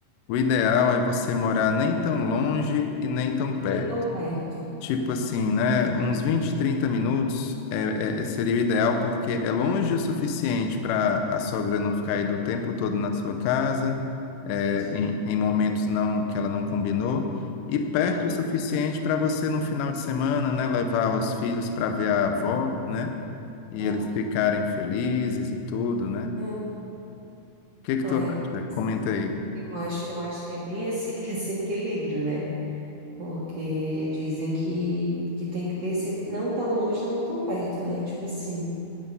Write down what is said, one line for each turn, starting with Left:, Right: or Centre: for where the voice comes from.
Left: o ideal é você morar nem tão longe e nem tão
Right: E nem
Left: perto.
Right: tão perto.
Left: Tipo assim, né? Uns 20 30 minutos é, é- seria o ideal, porque é longe o suficiente para a sogra não ficar aí do tempo todo na sua casa,
Right: Todo
Left: é,
Right: dia.
Left: em, em momentos não que ela não combinou, e perto
Right: Aham.
Left: o suficiente para você, no final de semana, né, levar os filhos para ver a avó,
Right: É
Left: né?
Right: verdade.
Left: E eles ficarem felizes e tudo, né? O
Right: Aham.
Left: que que
Right: Ah,
Left: tu acha?
Right: é bem-
Left: Comenta aí.
Right: eu acho, eu acho que é bem esse, <laughs> esse equilíbrio, né? Porque dizem que, que tem que ter esse equi- não tão longe, não tão perto, né? Tipo assim,